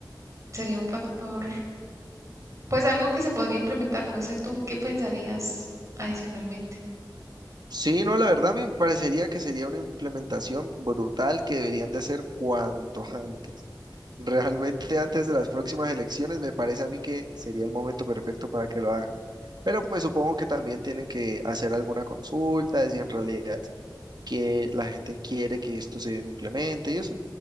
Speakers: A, on the right; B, on the right.
A: sería un factor, pues algo que se podría implementar. No sé tú qué pensarías adicionalmente.
B: Sí, no, la verdad me parecería que sería una implementación brutal que deberían de hacer cuanto antes. Realmente antes de las próximas elecciones me parece a mí que sería el momento perfecto para que lo hagan. Pero pues supongo que también tienen que hacer alguna consulta de si en realidad que la gente quiere que esto se implemente y eso.